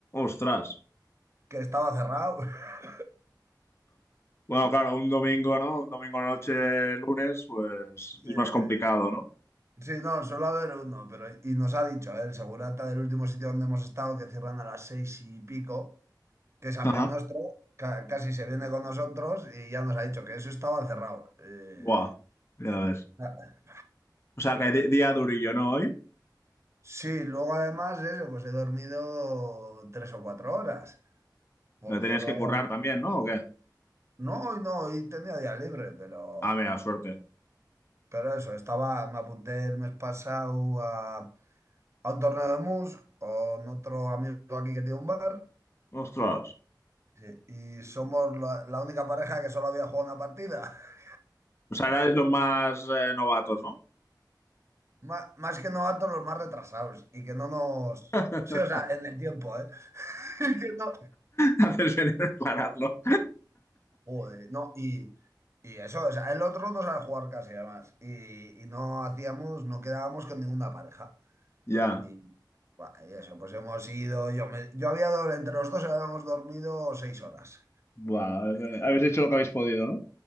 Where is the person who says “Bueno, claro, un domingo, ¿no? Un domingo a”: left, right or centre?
Left